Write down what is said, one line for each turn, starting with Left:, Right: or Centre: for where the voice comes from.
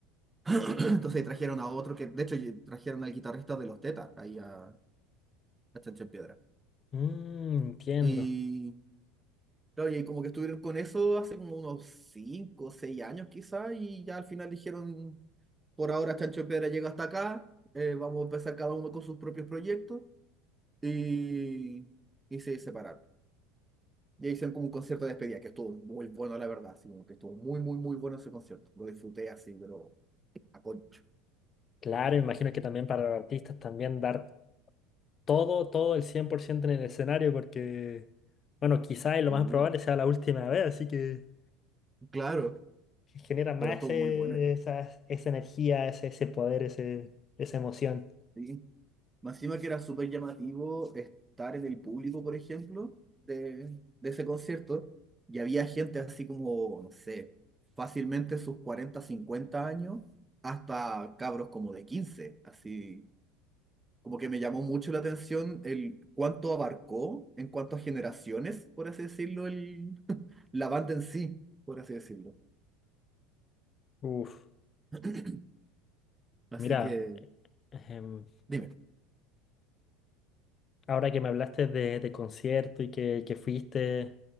Right: <clears throat> entonces trajeron a otro que, de hecho, trajeron al guitarrista de Los Tetas ahí a, a Chancho en Piedra.
Left: Mm, entiendo.
Right: Y claro, y como que estuvieron con eso hace como unos 5 o 6 años quizás, y ya al final dijeron, por ahora Chancho en Piedra llega hasta acá, eh, vamos a empezar cada uno con sus propios proyectos, y, y se separaron. Y ahí hicieron como un concierto de despedida, que estuvo muy bueno, la verdad, así como que estuvo muy, muy, muy bueno ese concierto. Lo disfruté así, pero a concho.
Left: Claro, me imagino que también para los artistas también dar todo, todo el 100% en el escenario porque, bueno, quizá y lo
Right: Sí,
Left: más probable sea la última vez, así que
Right: claro,
Left: genera más
Right: pero estuvo
Left: ese-
Right: muy bueno.
Left: esa, esa energía, ese, ese poder, ese, esa emoción.
Right: Sí. Más encima que era súper llamativo estar en el público, por ejemplo, de, de ese concierto, y había gente así como, no sé, fácilmente sus 40 50 años, hasta cabros como de 15 así. Como que me llamó mucho la atención el cuánto abarcó en cuanto a generaciones, por así decirlo, el, la banda en sí, por así decirlo.
Left: Uf,
Right: <clears throat> Así
Left: mira,
Right: que,
Left: em,
Right: dime,
Left: Ahora que me hablaste de, de concierto y que, que fuiste,